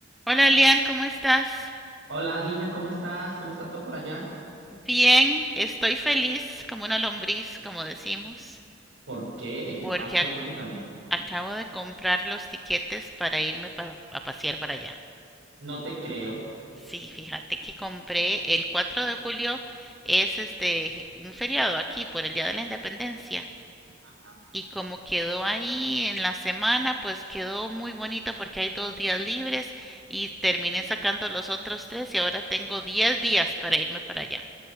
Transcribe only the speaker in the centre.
Hola Elian, ¿cómo estás?
Bien, estoy feliz como una lombriz, como decimos,
porque
ac-
acabo de comprar los tiquetes para irme para, a pasear para allá.
Sí, fíjate que compré el 4 de julio, es este un feriado aquí por el Día de la Independencia.
Y como quedó ahí en la semana, pues quedó muy bonito porque hay dos días libres y terminé sacando los otros tres y ahora tengo 10 días para irme para allá.